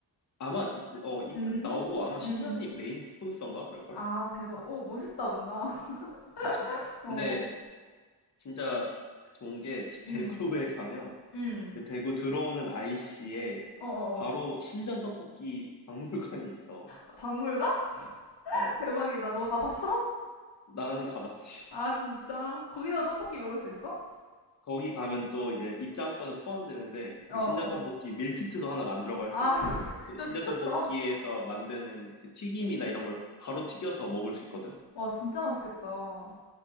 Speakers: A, on the left; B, on the left.
A: 아마 어, 이,
B: 음,
A: 나오고 아마
B: 음,
A: 신전이 메인 스폰서인가 그럴걸?
B: 아, 대박. 오, 멋있다, 뭔가.
A: 그렇지.
B: <laughs>
A: 근데
B: 어,
A: 진짜 좋은 게 대구에
B: 음,
A: <laughs> 가면
B: 음.
A: 그 대구 들어오는 IC에
B: 어, 어,
A: 바로 신전 떡볶이 박물관이 있어.
B: 어. 박물관? <laughs>
A: 어,
B: 대박이다. 너 가봤어?
A: 나는 가봤지.
B: 아, 진짜. 거기서 떡볶이 먹을 수 있어?
A: 거기 가면 또 이제 입장권은 포함되는데
B: 어,
A: 그
B: 어.
A: 신전 떡볶이 밀키트도 하나 만들어 갈
B: 아,
A: 수 있고
B: <laughs>
A: 또
B: 진짜
A: 신전
B: 미쳤다.
A: 떡볶이에서 만드는 그 튀김이나 이런 걸 바로 튀겨서 먹을 수 있거든.
B: 와, 진짜 맛있겠다.